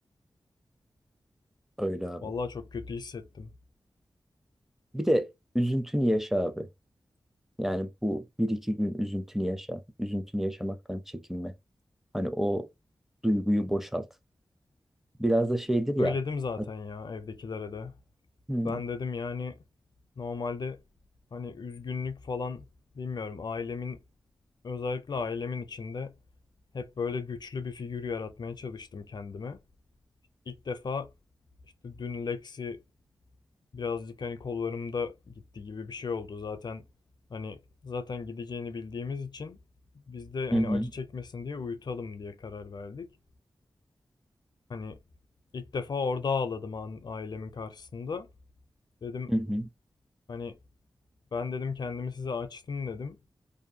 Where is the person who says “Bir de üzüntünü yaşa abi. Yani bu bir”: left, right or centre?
Centre